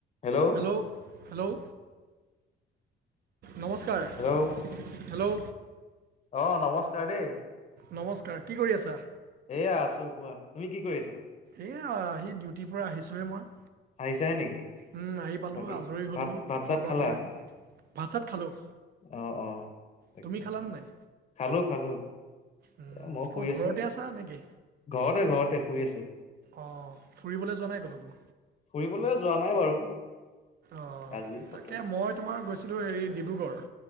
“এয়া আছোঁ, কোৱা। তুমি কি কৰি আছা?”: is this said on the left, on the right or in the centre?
Left